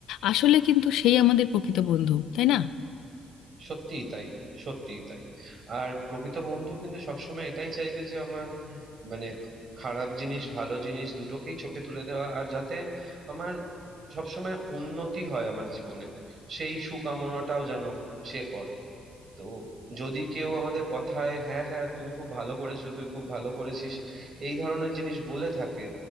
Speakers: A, on the left; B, on the right.
A: আসলে কিন্তু সেই আমাদের প্রকৃত বন্ধু তাই না
B: সত্যিই তাই সত্যিই তাই আর প্রকৃত বন্ধু কিন্তু সবসময় এটাই চাইবে যে আমার মানে খারাপ জিনিস ভালো জিনিস দুটোকেই চোখে তুলে দেওয়া আর যাতে আমার সবসময় উন্নতি হয় আমার জীবনে সেই সুকামনাটাও যেন সে করে তো যদি কেউ আমাদের কথায় হ্যাঁ হ্যাঁ তুমি খুব ভালো করেছো তুই খুব ভালো করেছিস এই ধরনের জিনিস বলে থাকে